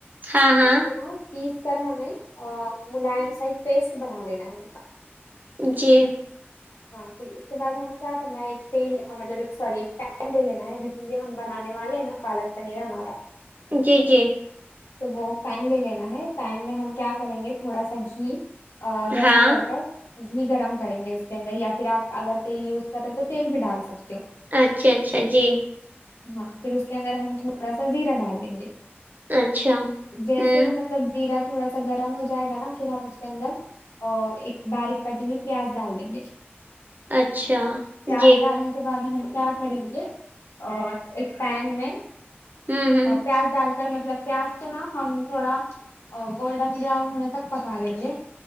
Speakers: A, on the right (about 45°); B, on the left (about 85°).
A: ہاں ہاں
B: اس کا نام پیس کر ہمیں ملائم سائڈ پیسٹ بنا لینا ہے ان
A: جی
B: ہاں پھر اس کے بعد ہمیں کیا کرنا ہے ایک تٹیل مطلب ایک سوری ایک ٹر لے لینا ہے جس میں کہ ہم بنانے والے ہیں نا پالک پنیر ہمارا
A: جی جی
B: تو وہ پین لے لینا ہے پین میں ہم کیا کریں گے تھوڑا سا گھی ا گرم
A: ہاں
B: کر کر گھی گرم کریں گے اس کے اندر یا پھر آپ اگر تیل یوز کر رہے ہو تو تیل بھی ڈال سکتے ہو
A: اچھا اچھا جی
B: ہاں پھر اس کے اندر ہم تھوڑا سا زیرا ڈال دیں گے
A: اچھا
B: جیسے
A: ہوں
B: ہی مطلب مطلب زیرہ تھوڑا سا گرم ہو جائے گا نا پھر ہم اس کے اندر اور ایک باریک کٹی ہوئی پیاز ڈال دیں گے
A: اچھا
B: پیاز
A: جی
B: ڈالنے کے اس کے بعد ہم کیا کریں گے اور ایک پین میں
A: ہوں ہوں
B: پیاز ڈال کر مطلب پیاز اس کو نا ہم تھوڑا گولڈن براؤن ہونے تک پکا لیں گے